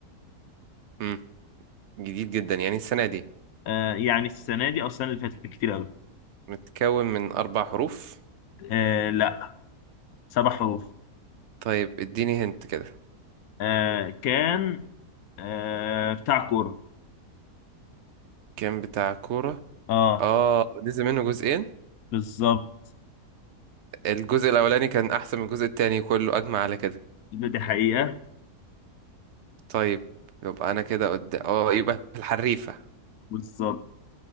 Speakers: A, on the right (about 65°); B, on the left (about 70°).
A: امم جديد جدا يعني السنة دي
B: آه يعني السنة دي أو السنة اللي فاتت بكتير أوي
A: متكون من أربع حروف
B: آه لا سبع حروف
A: طيب اديني هنت كده
B: آه كان آه بتاع كورة
A: كان بتاع كورة
B: اه
A: اه نزل منه جزئين
B: بالظبط
A: الجزء الأولاني كان أحسن من الجزء التاني كله أجمع على كده
B: يبقى دي حقيقة
A: طيب يبقى انا كده قدام اه يبقى الحريفة
B: بالظبط